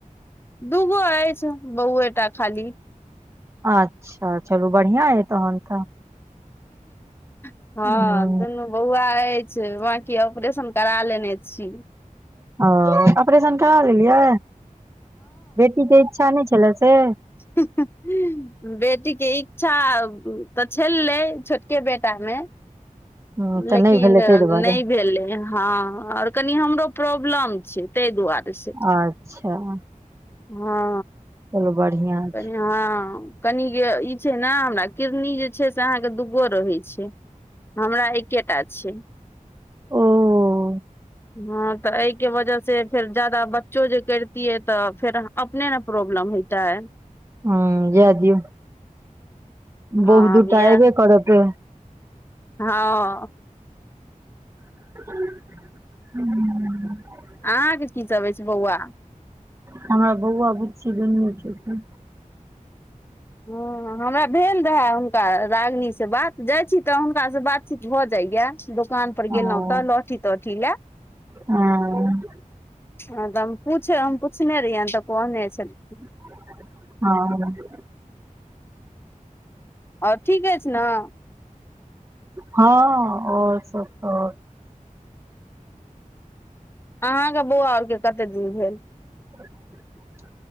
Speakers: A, on the left (about 15°); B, on the right (about 20°).
A: दू गो अछि बौए टा खाली।
B: अच्छा, चलू बढ़िआँ अइ तहन तऽ।
A: हँ।
B: ओ
A: दुनू बौआ अछि, बाँकी ऑपरेशन करा लेने छी।
B: ओ ऑपरेशन करा लेलियै, बेटीक के इच्छा नइ छेलै से।
A: हूं हूं। बेटी के इच्छा तऽ छलैऽ छोटके बेटा में।
B: हँ तऽ
A: लेकिन
B: नहि भेलै ताहि दुआरे
A: नइ भेलै हँ, आओर कनि हमरो प्रॉब्लम छै। तइ दुआरे से,
B: अच्छा
A: हँ।
B: चलु बढ़ियां।
A: हँ।
B: छै
A: कनीय ई छै ने, हमरा किडनी जे छै से अहाँके दूगो रहै छै। हमरा एकेटा छै।
B: ओऽ।
A: हँ तऽ एहिके वजह से फेर जादा बच्चों जे करितियै तऽ फेर। अपने ने प्रॉब्लम होयतै।
B: ह जाय दियौ,
A: हँ
B: बौह दूटा
A: इएह
B: एबेऽ करत।
A: हँ।
B: <unintelligible>
A: अहाँके की सभ अछि बौआ।
B: हमरा बौआ-बुच्ची दुनू छथिन।
A: हँ। हमरा भेल रहय हुनका रागिनी से बात, जाइ छी तऽ हुनका सॅ बातचीत भऽ जाइय। दोकान पर
B: ओ
A: गेलहुँ तऽ लहठी-तहठी लेय।
B: हँ।
A: हँ तऽ हम पूछ, हम पूछने रहियैनि तऽ कहने छेलखिन।
B: हँ।
A: आओर ठीक अछि नऽ।
B: हँ आओर सब तऽ।
A: अहाँके बौआ और के कत्ते दिन भेल।
B: <unintelligible>